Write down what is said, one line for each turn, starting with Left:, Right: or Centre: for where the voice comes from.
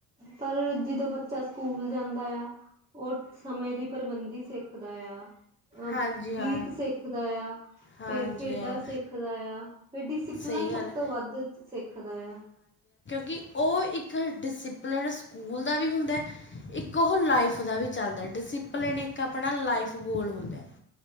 Right: ਪਰ ਜਦੋਂ ਬੱਚਾ ਸਕੂਲ ਜਾਂਦਾ ਆ ਉਹ ਸਮੇਂ ਦੀ ਪ੍ਰਬੰਧਦੀ ਸਿੱਖਦਾ ਆ ਅਹ
Left: ਹਾਂਜੀ
Right: ਗੀਤ
Left: ਹਾਂ
Right: ਸਿੱਖਦਾ ਆ
Left: ਹਾਂਜੀ
Right: ਫੇਰ ਖੇਡਾਂ
Left: ਹਾਂ
Right: ਸਿੱਖਦਾ ਆ ਫੇਰ ਡਿਸਿਪਲਨ
Left: ਸਹੀ
Right: ਸਭ
Left: ਗੱਲ ਹੈ
Right: ਤੋਂ ਵੱਧ ਸਿੱਖਦਾ ਆ
Left: ਕਿ ਉਹ ਇੱਕ ਡਿਸਪਲਿਨ ਸਕੂਲ ਦਾ ਵੀ ਹੁੰਦਾ ਹੈ ਇੱਕ ਉਹ ਲਾਈਫ ਦਾ ਵੀ ਚੱਲਦਾ ਡਿਸਿਪਲਿਨ ਇੱਕ ਆਪਣਾ ਲਾਈਫ ਗੋਲ ਹੁੰਦਾ